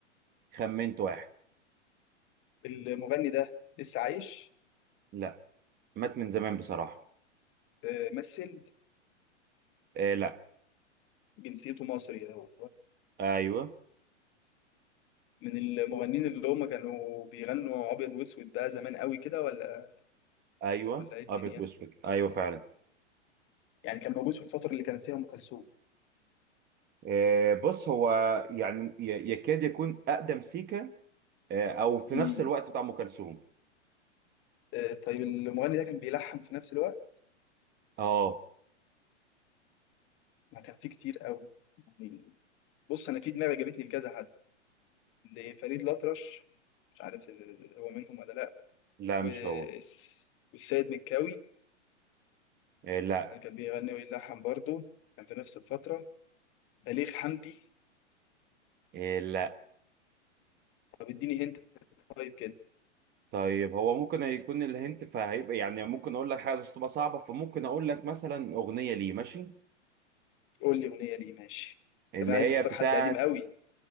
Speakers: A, on the right; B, on the left.
A: خمنت واحد
B: المغني ده لسه عايش
A: لا مات من زمان بصراحة
B: آه، مثل
A: آه لا
B: جنسيته مصري هو
A: ايوه
B: من المغنيين اللي هم كانوا بيغنوا ابيض واسود ده زمان قوي كده ولا
A: ايوه
B: ولا ايه الدنيا
A: ابيض واسود ايوه فعلا
B: يعني كان موجود في الفترة اللي كانت فيها ام كلثوم
A: آه بص هو يعني ي- يكاد يكون اقدم سيكا آه او في
B: مم.
A: نفس الوقت بتاع ام كلثوم
B: آه، طيب المغني ده كان بيلحن في نفس الوقت
A: اه
B: ما كان فيه كتير قوي يعني بص انا في دماغي جابتني لكذا حد لفريد الأطرش مش عارف ال- هو منهم ولا لا
A: لا
B: والس-
A: مش هو
B: والسيد مكاوي
A: آه لا
B: ده كان بيغني ويلحن برضه كان في نفس الفترة بليغ حمدي
A: آه لا
B: طب اديني هنت طيب كده
A: طيب هو ممكن يكون الهنت فهيبقى يعني ممكن اقول لك حاجة بس تبقى صعبة فممكن اقول لك مثلا اغنية ليه ماشي
B: قول لي أغنية ليه ماشي
A: اللي
B: طب انا عارف
A: هي
B: مختار
A: بتاعت
B: حد قديم قوي